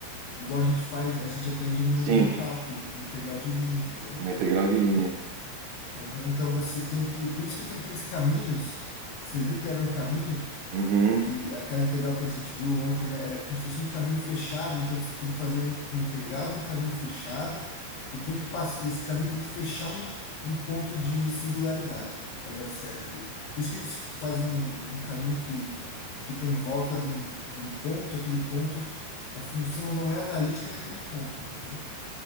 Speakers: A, on the left; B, on the right.
A: Igual a gente faz, a gente aprende no,
B: sim.
A: no cálculo, no integral de linha, entendeu?
B: Uma integral de linha.
A: Aham, então você tem que. Por isso que tem aqueles caminhos. Você viu que era um caminho,
B: Uhum.
A: que aquela integral que a gente viu ontem, né, era como se fosse um caminho fechado, então você tem que fazer uma integral de um caminho fechado e tem que passar, e esse caminho tem que fechar um, um ponto de singularidade para dar certo aquilo. Por isso que eles fazem um, um caminho que fica em volta de um, de um ponto, aquele ponto, a função não é analítica naquele ponto, entendeu?